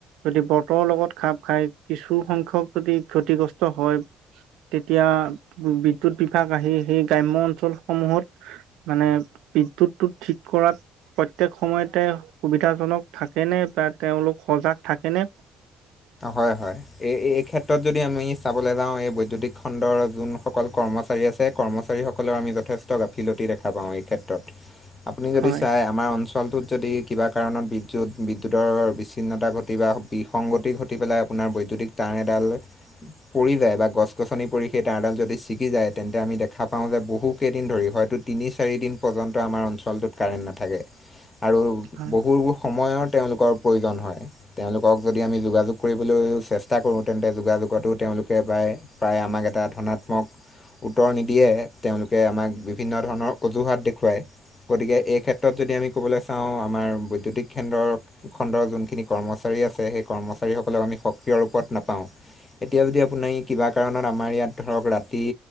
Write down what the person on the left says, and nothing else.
হয় হয় এই এই ক্ষেত্ৰত যদি আমি চাবলৈ যাওঁ এই বৈদ্যুতিক খণ্ডৰ যোনসকল কৰ্মচাৰী আছে কৰ্মচাৰীসকলৰ আমি যথেষ্ট গাফিলতি দেখা পাওঁ এই ক্ষেত্ৰত
আপুনি যদি
চাই আমাৰ অঞ্চলটোত যদি কিবা কাৰণত বিদ্যুত বিদ্যুতৰ বিচ্ছিন্নতা ঘটি বা বিসংগতি ঘ ঘটি পেলাই আপোনাৰ বৈদ্যুতিক তাঁৰ এডাল পৰি যায় বা গছ গছনি পৰি সেই তাঁৰডাল যদি ছিগি যায় তেন্তে আমি দেখা পাওঁ যে বহুকেইদিন ধৰি হয়তো তিনি চাৰিদিন পৰ্যন্ত আমাৰ অঞ্চলটোত কাৰেণ্ট নাথাকে আৰু
বহুবোৰ সময়ৰ তেওঁলোকৰ প্ৰয়োজন হয় তেওঁলোকক যদি আমি যোগাযোগ কৰিবলৈও চেষ্টা কৰোঁ তেন্তে যোগাযোগতো তেওঁলোকে প্ৰায় প্ৰায় আমাক এটা ধনাত্মক উত্তৰ নিদিয়ে তেওঁলোকে আমাক বিভিন্ন ধৰণৰ অজুহাত দেখুৱায় গতিকে এই ক্ষেত্ৰত যদি আমি ক'বলৈ চাওঁ আমাৰ বৈ বৈদ্যুতিক খেণ্ডৰ খণ্ডৰ যোনখিনি কৰ্মচাৰী আছে সেই কৰ্ম আমি সক্ৰিয় ৰূপত নাপাওঁ এতিয়া যদি আপুনি কিবা কাৰণত আমাৰ ইয়াত ধৰক ৰাতি